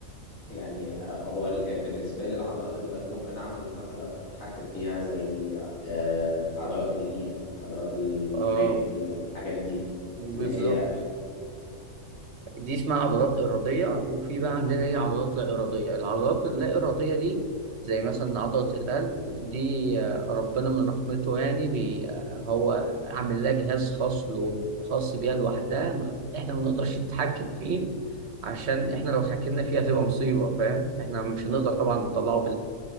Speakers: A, on the left (about 85°); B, on the right (about 55°).
A: يعني آه، هو ال- بالنسبة لي العضلات اللي ممكن اعمل مثلا اتحكم فيها زي أه عضلات الايد عضلات الرجل
B: اه
A: الحاجات دي
B: بالظبط
A: اللي هي
B: دي اسمها عضلات إرادية وفي بقى عندنا ايه عضلات لا إرادية العضلات اللا إرادية دي زي مثلا عضلة القلب دي آه، ربنا من رحمته يعني بي آه، هو عامل لها جهاز خاص له خاص بيها لوحدها ما- احنا ما نقدرش نتحكم فيه عشان احنا لو اتحكمنا فيها هتبقى مصيبة فاهم احنا مش هنقدر طبعا نطلعه